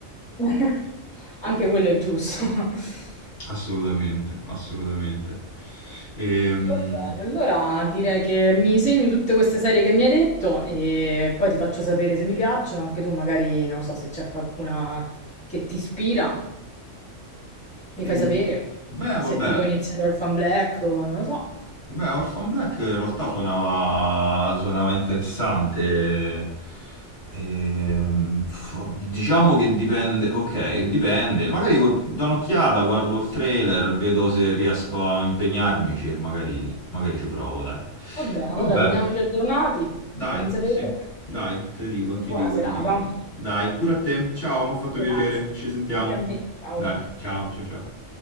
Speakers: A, in the centre; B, on the left.
A: <laughs> Anche quello è giusto. <laughs>
B: <laughs> assolutamente, assolutamente. Ehm,
A: Va bene, allora direi che mi segno tutte queste serie che mi hai detto e poi ti faccio sapere se mi piacciono, anche tu magari non so se c'è qualcuna che ti ispira, mi
B: E,
A: fai sapere
B: beh,
A: se
B: vabbè,
A: ti vuoi iniziare Orphan Black o non lo so.
B: beh, Orphan Black in realtà suonava, suonava interessante. Ehm, f- diciamo che dipende, ok, dipende. Magari gu- do un'occhiata, guardo il trailer, vedo se riesco a impegnarmici e magari, magari ci provo, dai.
A: Va bene, allora
B: Vabbè,
A: teniamoci aggiornati,
B: Dai,
A: fammi sapere
B: sì. Dai, ti dico,
A: e
B: ti
A: buona
B: dico,
A: serata.
B: ti dico. Dai, pure a te. Ciao, mi ha fatto
A: Grazie.
B: piacere. Ci sentiamo.
A: Anche a me, ciao.
B: Dai, ciao, ciao, ciao.